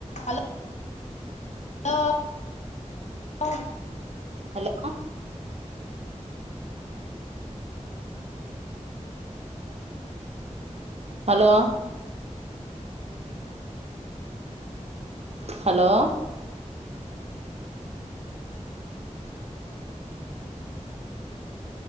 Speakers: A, on the left (about 65°); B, on the right (about 55°).
A: hello లో లో
B: hello hello hello